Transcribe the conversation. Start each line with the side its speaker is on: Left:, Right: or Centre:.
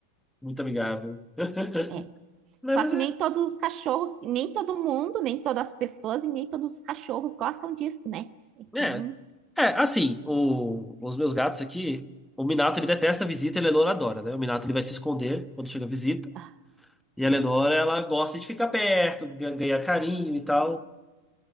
Centre: Muito amigável. <laughs>
Right: É.
Centre: Não,
Right: Só
Centre: mas
Right: que
Centre: é.
Right: nem todos os cachorros, nem todo mundo, nem todas as pessoas e nem todos os cachorros gostam disso, né? Então,
Centre: É, é assim, o- os meus gatos aqui. O Minato ele detesta a visita, e a Lenora adora, né? O Minato ele vai se esconder quando chega a visita.
Right: ah,
Centre: E a Lenora ela gosta de ficar perto, ga- ganhar carinho e tal.